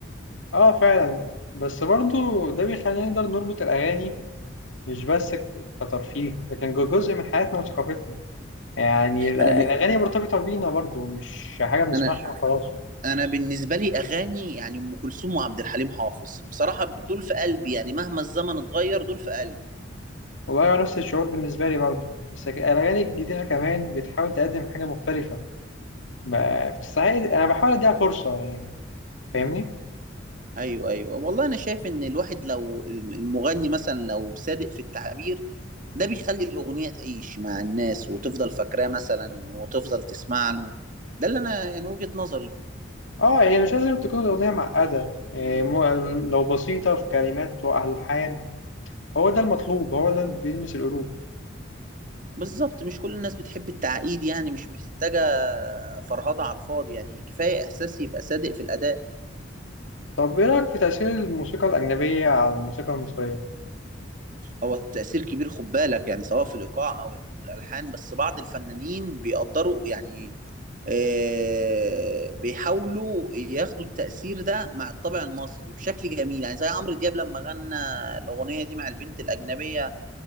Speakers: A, on the left; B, on the right.
A: آه فعلا بس برضه ده بيخلينا نقدر نربط الأغاني مش بس ك- كترفيه لكن جو- جزء من حياتنا وثقافتنا يعني ال- الأغاني
B: انا ب...
A: مرتبطة بينا برضو مش حاجة بنسمعها
B: انا
A: وخلاص
B: انا بالنسبه لي اغاني يعني ام كلثوم وعبد الحليم حافظ بصراحه دول في قلبي يعني مهما الزمن اتغير دول في قلبي
A: والله هو نفس الشعور بالنسبة لي برضو بس ك- الأغاني الجديدة كمان بتحاول تقدم حاجة مختلفة ما بتستعيد أنا بحاول أديها فرصة يعني فاهمني؟
B: ايوه ايوه والله انا شايف ان الواحد لو الم- المغني مثلا لو صادق في التعبير ده بيخلي الاغنيه تعيش مع الناس وتفضل فاكراه مثلا وتفضل تسمع له ده اللي انا يعني وجهه نظري
A: اه هي مش لازم تكون الأغنية معقدة إيه، مو- لو بسيطة في كلمات وألحان هو ده المطلوب هو ده اللي بيلمس القلوب
B: بالظبط مش كل الناس بتحب التعقيد يعني مش محتاجه فرهضه على الفاضي يعني كفايه احساس يبقى صادق في الاداء
A: طب إيه رأيك في تأثير الموسيقى الأجنبية على الموسيقى المصرية؟
B: هو تأثير كبير خد بالك يعني سواء في الإيقاع أو الألحان بس بعض الفنانين بيقدروا يعني آه، بيحاولوا ياخدوا التأثير ده مع الطابع المصري بشكل جميل يعني زي عمرو دياب لما غنى الأغنية دي مع البنت الأجنبية